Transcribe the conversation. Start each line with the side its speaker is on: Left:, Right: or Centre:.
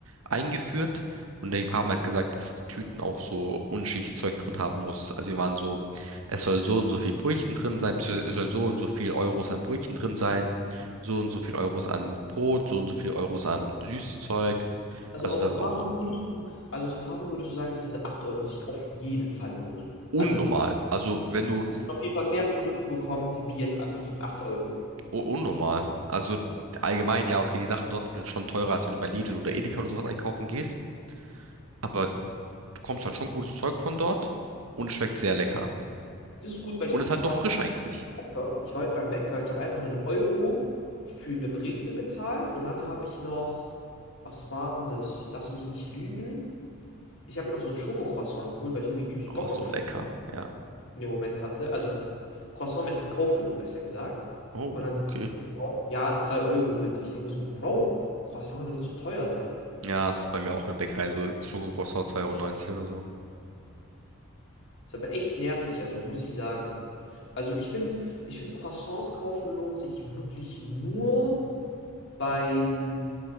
Right: eingeführt und die haben halt gesagt, dass die Tüten auch so unschichtes Zeug drin haben muss. Also wir waren so, es soll so und so viel Brötchen drin sein, beziehungsweise es soll so und so viel Euros an Brötchen drin sein, so und so viel Euros an Brot, so und so viel Euros an süßes Zeug.
Left: Also
Right: Also
Left: aus
Right: das
Left: Erfahrung
Right: ist auch
Left: würdest du, also aus Erfahrung würdest du sagen, dass diese 8 Euro sich auf jeden Fall lohnen.
Right: unnormal.
Left: Also,
Right: Also wenn du
Left: dass man auf jeden Fall mehr Produkte bekommt, wie jetzt, wie 8 Euro.
Right: u- unnormal, also allgemein, ja, okay, die Sachen dort sind schon teurer, als wenn du bei Lidl oder Edeka oder sowas einkaufen gehst. Aber bekommst halt schon gutes Zeug von dort und es schmeckt sehr lecker.
Left: Das ist gut, weil
Right: Und
Left: ich,
Right: ist halt
Left: ich
Right: noch
Left: war
Right: frisch
Left: heute
Right: eigentlich.
Left: Bäcker, ich war heute beim Bäcker, ich habe einfach einen Euro für eine Brezel bezahlt und dann habe ich noch, was war denn das? Lass mich nicht lügen. Ich habe mir noch so ein Schokocroissant geholt, weil ich irgendwie übelst
Right: Oh,
Left: Bock
Right: so
Left: auf Schoko
Right: lecker. Ja.
Left: in dem Moment hatte. Also Croissant mit Kakaofüllung, besser gesagt.
Right: Oh,
Left: Und dann sagt
Right: okay.
Left: die Frau, ja, 3 Euro bitte. Ich denke mir so, Bro, Croissant kann doch nicht so teuer sein.
Right: Ja, es ist bei mir auch in der Bäckerei, so Schokokroissant 2,90 Euro neunzig oder so.
Left: Ist aber echt nervig, also muss ich sagen. Also ich finde, ich finde, Croissants kaufen lohnt sich wirklich nur beim,